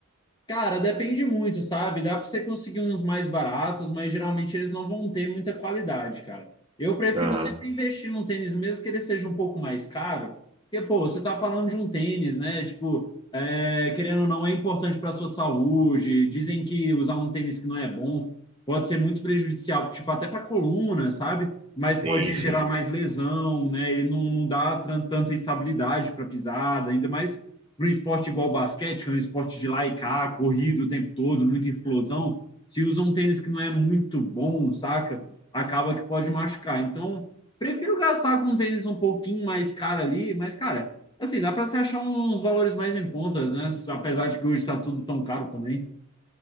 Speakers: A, on the left; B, on the right.
A: Cara, depende muito, sabe? Dá para você conseguir uns mais baratos, mas geralmente eles não vão ter muita qualidade, cara. Eu prefiro
B: Aham,
A: sempre investir num tênis, mesmo que ele seja um pouco mais caro, porque, pô, você tá falando de um tênis, né? Tipo, é, querendo ou não, é importante para sua saúde. Dizem que usar um tênis que não é bom pode ser muito prejudicial, tipo, até para coluna, sabe? Mas pode
B: sim, sim.
A: gerar mais lesão, né? Ele não, não dá tran- tanta estabilidade para pisada, ainda mais para um esporte igual basquete, que é um esporte de lá e cá, corrido o tempo todo, muita explosão, se usa um tênis que não é muito bom, saca? Acaba que pode machucar. Então, prefiro gastar com um tênis um pouquinho mais caro ali, mas, cara, assim, dá para se achar uns valores mais em contas, né? Apesar de que hoje está tudo tão caro também.